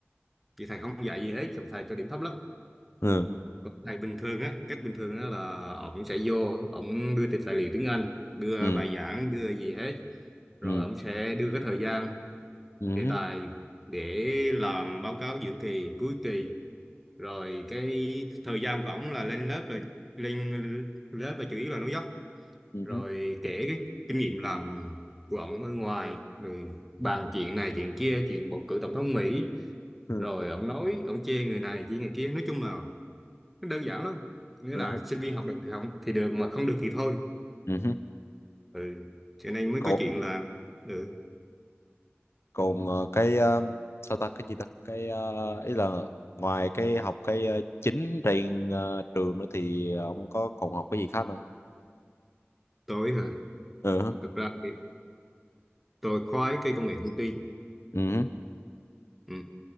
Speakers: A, in the centre; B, on the left.
A: thì thầy không dạy gì hết thầy cho điểm thấp lắm
B: ừ
A: còn thầy bình thường á cách bình thường á là ổng sẽ vô ổng đưa tài liệu tiếng Anh đưa
B: ừ
A: bài giảng đưa gì hết rồi
B: ừ
A: ổng sẽ đưa cái thời gian
B: ừ
A: đề
B: hứ,
A: tài để làm báo cáo dự kỳ cuối kỳ rồi cái thời gian của ổng là lên lớp là lên lớp là chủ yếu là nói dốc
B: ừ
A: rồi
B: hứ,
A: kể cái kinh nghiệm làm của ông ở ngoài rồi bàn chuyện này chuyện kia chuyện bầu cử tổng thống Mỹ
B: ừ
A: rồi ông nói ông chê người này chê người kia nói chung là nó đơn giản lắm nghĩa
B: ừ
A: là
B: hứ,
A: sinh viên học được thì không thì được mà không được thì thôi
B: ừ hứ.
A: ừ cho nên mới
B: Cậu-
A: có chuyện là ừ,
B: còn ờ, cái ờ, sao ta cái gì ta cái ờ, ý là ngoài cái học cái ờ, chính trên ờ, trường nữa thì ông có còn học cái gì khác không
A: tôi hả
B: ừ hứ,
A: thực ra thì tôi khoái cái công nghệ thông tin
B: ừ hứ,
A: ừ.